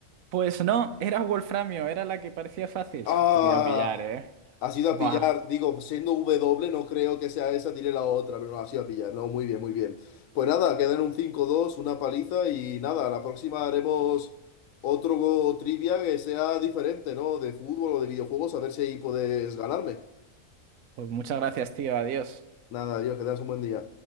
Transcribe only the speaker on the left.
Ah,
has ido
a pillar, digo, siendo W no creo que sea esa, tiré la otra, pero no, has ido a pillar, no, muy bien, muy bien. Pues nada, quedan un cinco dos, una paliza y nada, la próxima haremos otro go- trivia que sea diferente, ¿no? De fútbol o de videojuegos, a ver si ahí puedes ganarme.
Nada, adiós, que tengas un buen día.